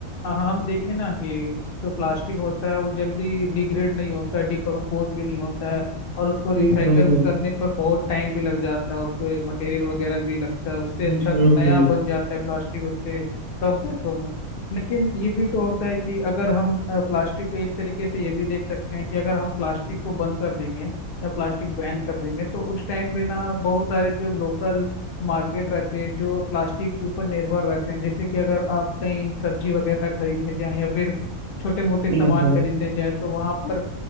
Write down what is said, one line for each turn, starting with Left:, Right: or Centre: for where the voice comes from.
Left: अ, हम देखें ना कि जो प्लास्टिक होता है वो जल्दी डिग्रेड नहीं होता है डिकम्पोज भी नहीं होता है और उसको रिसाइकल
Right: हम्म हम्म
Left: करने पर बहुत टाइम भी लग जाता है उसपे मटेरियल वगैरह भी लगता है उससे
Right: हम्म
Left: अच्छा
Right: हम्म,
Left: तो नया बन जाता है प्लास्टिक उसके कम पैसों में लेकिन ये भी तो होता है कि अगर हम अ, प्लास्टिक को एक तरीके से ये भी देख सकते हैं कि अगर हम प्लास्टिक को बंद कर देंगे या प्लास्टिक बैन कर देंगे तो उस टाइम बिना बहुत सारे जो लोकल मार्केट रहते हैं जो प्लास्टिक के ऊपर निर्भर रहते हैं जैसे कि अगर आप कहीं सब्जी वगैरह खरीदने जाएं या फिर छोटे मोटे सामान
Right: हम्म, हम्म।
Left: खरीदने जाएं तो वहाँ पर